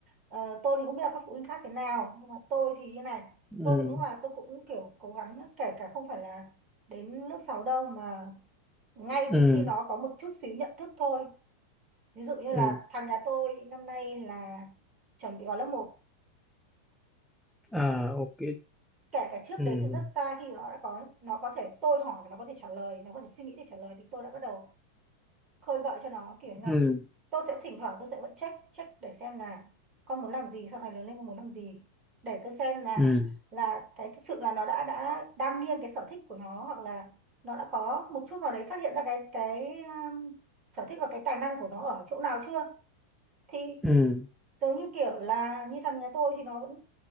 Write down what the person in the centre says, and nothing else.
ừ
ừ
ừ
à ok
ừ
ừ
ừ
ừ